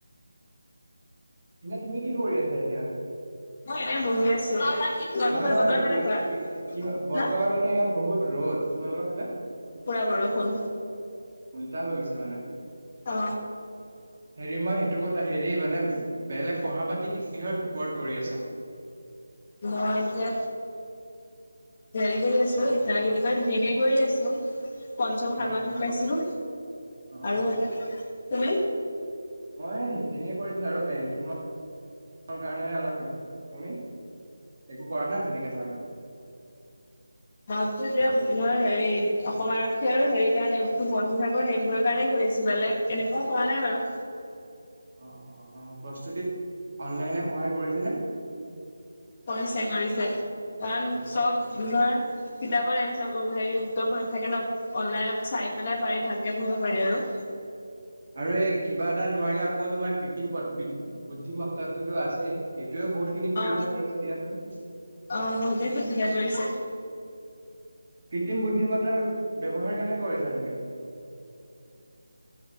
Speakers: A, on the right (about 40°); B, on the left (about 20°).
A: এনে তুমি কি কৰি আছা এতিয়া?
B: মই এনে বহি আছো। তোমালোকৰ
A: নহয়,
B: ফালে
A: নহয়
B: বতৰ কেনেকুৱা?
A: কি কি কিহ বতৰ
B: হা
A: মানে ইয়াত বহুত ৰ'দ, তোমালোকৰ ফালে?
B: পুৰা বৰষুণ
A: উল্টা হৈ গৈছে মানে।
B: অ
A: হেৰি মই সেইটো কথা হেৰি মানে বেলেগ পঢ়া পাতি কিহৰ ওপৰত কৰি আছা?
B: মই এতিয়া হেৰি কৰি আছো ত কি কয় ডিগ্ৰী কৰি আছো। পঞ্চম ষান্যাসিক
A: অ অ
B: পাইছিলো,
A: অ
B: আৰু
A: অ অ',
B: তুমি?
A: মই সেইখিনিয়ে কৰিছো, আৰু বেংকিঙৰ কাৰে অলপ, তুমি একো কৰা নাই তেনেকে ধৰণৰ?
B: মই এতিয়া ধৰ হেৰি অসম আৰক্ষী আৰু হেৰি কাৰণে এই বন বিভাগৰ সেইবোৰৰ কাৰণেই কৰি আছো। বেলেগ এনেকুৱাও কৰা নাই বাৰু।
A: অ' প্ৰস্তুতিত অনলাইনে সহায় কৰিছেনে?
B: কৰিছে, কৰিছে। কাৰণ
A: উম,
B: চব ধৰ কিতাপৰ এঞ্চাৰ হেৰি উত্তৰবোৰ নাথাকে ন, অনলাইনত চাই পেলাই পাৰি ভালকে পঢ়িব পাৰি আৰু।
A: আৰু এই কিবা এটা নোৱাৰিলে আকৌ তোমাৰ কৃত্ৰিম প বুদ্ধিমাত্ৰাটোতো আছেই, সেইটোয়ে বহুত খিনি সুবিধা
B: অ
A: কৰিছে দিয়াচোন।
B: অ' বহুতে সুবিধা কৰিছে।
A: কৃত্ৰিম বুদ্ধিমত্তাৰ ব্যৱহাৰ কেনেকৈ কৰিছা তুমি?